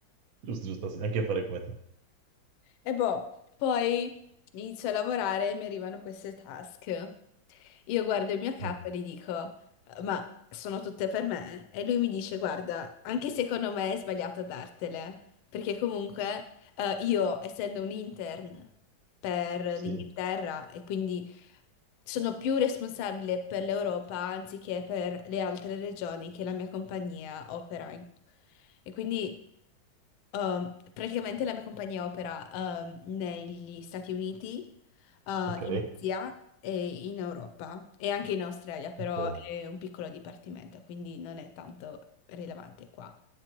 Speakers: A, on the right (about 55°); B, on the left (about 80°).
A: giusto, giusto, sì, anche fare come te.
B: E boh, poi inizio a lavorare e mi arrivano queste task. Io guardo il mio capo
A: Mm,
B: e gli dico, "Eh, ma sono tutte per me? E lui mi dice, guarda, anche secondo me è sbagliato dartele, perché comunque eh, io, essendo un intern per
A: Sì,
B: l'Inghilterra e quindi sono più responsabile per l'Europa anziché per le altre regioni che la mia compagnia opera in. E quindi... Ehm, praticamente la mia compagnia opera ehm, negli Stati Uniti, eh,
A: ok,
B: in Asia e in Europa e anche in Australia, però
A: ok,
B: è un piccolo dipartimento, quindi non è tanto rilevante qua.